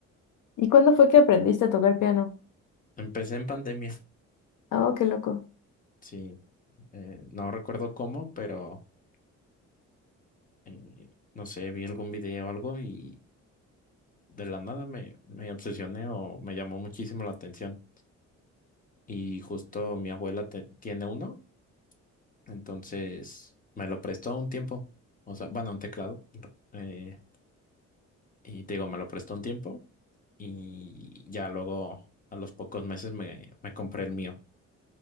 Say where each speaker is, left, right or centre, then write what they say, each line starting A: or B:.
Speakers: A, on the left; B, on the left.
A: ¿Y cuándo fue que aprendiste a tocar piano?
B: Empecé en pandemia,
A: Oh, qué loco.
B: sí. eh, no recuerdo cómo, pero eh, no sé, vi algún video o algo y de la nada me, me obsesioné o me llamó muchísimo la atención. Y justo mi abuela te- tiene uno, entonces me lo prestó un tiempo. O sea, bueno, un teclado. eh, y te digo, me lo prestó un tiempo y ya luego a los pocos meses me, me compré el mío.